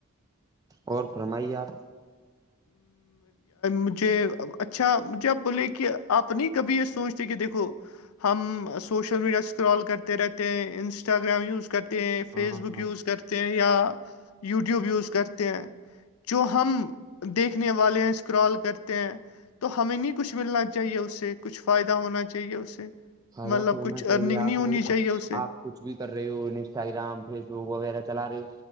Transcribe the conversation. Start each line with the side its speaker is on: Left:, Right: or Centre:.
Right: اور فرمائیے آپ
Left: مجھے اچھا مجھے اپ بولیے کہ آپ نہیں کبھی یہ سوچتے کہ دیکھو ہم سوشل میڈیا اسکرال کرتے رہتے ہیں انسٹاگرام یوز کرتے ہیں
Right: ہاں
Left: فیس بک
Right: ہاں
Left: یوز کرتے ہیں یا یوٹیوب یوز کرتے ہیں جو ہم دیکھنے والے ہیں اسکرال کرتے ہیں تو ہمیں نہیں کچھ کچھ ملنا چاہیے اس سے کچھ فائدہ ہونا چاہیے اسے
Right: فائدہ
Left: مطلب
Right: تو ہونا
Left: کچھ
Right: چاہیے
Left: ارننگ
Right: آپ
Left: نہیں ہونی
Right: نے
Left: چاہیے اسے
Right: آپ کچھ بھی کر رہی ہووں انسٹاگرام فیس بک وغیرہ چلا رہی ہو